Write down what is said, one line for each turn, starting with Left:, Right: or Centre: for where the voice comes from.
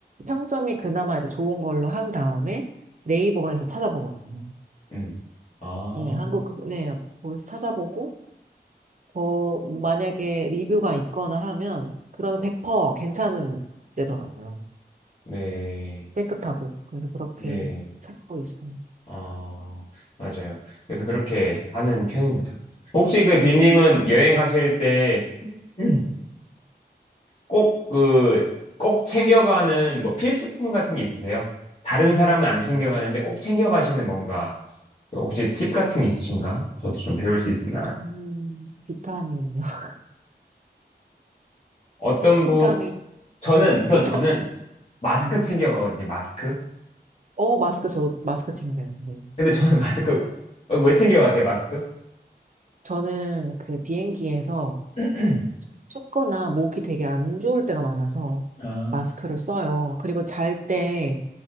Right: 평점이 그나마 이제 좋은 걸로 한 다음에 네이버에서 찾아보거든요.
Left: 음. 아,
Right: 예, 한국 그- 네, 거기서 찾아보고 어, 뭐 만약에 리뷰가 있거나 하면 그러면 100% 괜찮은 데더라고요.
Left: 네.
Right: 깨끗하고 그래서 그렇게
Left: 네.
Right: 찾고 있어요.
Left: 아, 맞아요. 그래서 그렇게 하는 편입니다. 혹시 그 비님은
Right: 음,
Left: 여행 가실 때 <clears throat> 꼭 그, 꼭 챙겨가는 뭐 필수품 같은 게 있으세요? 다른 사람은 안 챙겨가는데 꼭 챙겨가시는 뭔가, 혹시 팁 같은 게 있으신가? 저도 좀 배울 수 있습니다.
Right: 음, 비타민이요. <laughs>
Left: 어떤
Right: 비타민,
Left: 분, 저는, 우선
Right: 비타민.
Left: 저는 마스크
Right: 음.
Left: 챙겨가거든요, 마스크.
Right: 어, 마스크 저 마스크 챙겨요. 네.
Left: 근데 저는 <laughs> 마스크, 어, 왜 챙겨가세요, 마스크?
Right: 저는 그 비행기에서
Left: <clears throat>
Right: 춥거나 목이 되게 안 좋을 때가 많아서
Left: 아,
Right: 마스크를 써요. 그리고 잘 때